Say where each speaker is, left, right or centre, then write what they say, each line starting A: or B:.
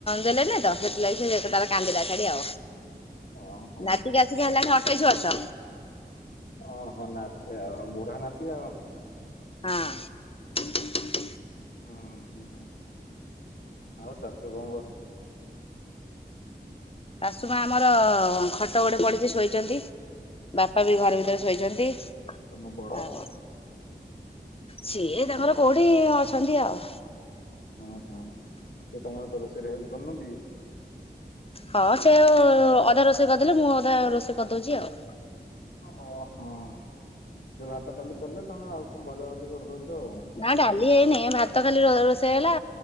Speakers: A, on the left; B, on the left.
A: ଦେଲେନି ତ ସେଥିଲାଗି ସେ ତାର କାନ୍ଦିଲା ଛାଡି ଆଉ।
B: ହଁ ହଁ।
A: ନାତିକି ଆସିକି ହେଲାଣି ଅଠେଇଶ ବର୍ଷ।
B: ଓହୋ ନାତି ଆ ବୁଢା ନାତି ଆଉ।
A: ହଁ।
B: ହଁ ହଁ ଆଉ ଶାଶୁ କଣ କରୁ
A: ଶାଶୁମା ଆମର ଖଟ ଗୋଟେ ପଡ଼ିଛି ଶୋଇଛନ୍ତି। ବାପା ବି ଘର ଭିତରେ ଶୋଇଛନ୍ତି।
B: ତମ ବଡ?
A: ଆଉ ସିଏ ତାଙ୍କର କୋଉଠି ଅଛନ୍ତି ଆଉ।
B: ହଁ ହଁ ସିଏ ତମ ତ ରୋଷରେ ହେଲ୍ପ କରିନାହାନ୍ତି କି?
A: ହଁ ସେ ଓ ଅଧା ରୋଷେଇ କରିଦେଲେ ମୁଁ ଅଧା ରୋଷେଇ କରିଦଉଛି ଆଉ।
B: ଓହୋ ସେ ଭାତ ଡାଲି କଲେ ତମେ ଆଉ କଣ ଭଜା ଭଜି କରିଦଉଛ ଆଉ।
A: ନା ଡାଲି ହେଇନି ଭାତ ଖାଲି ର ରୋଷେଇ ହେଲା।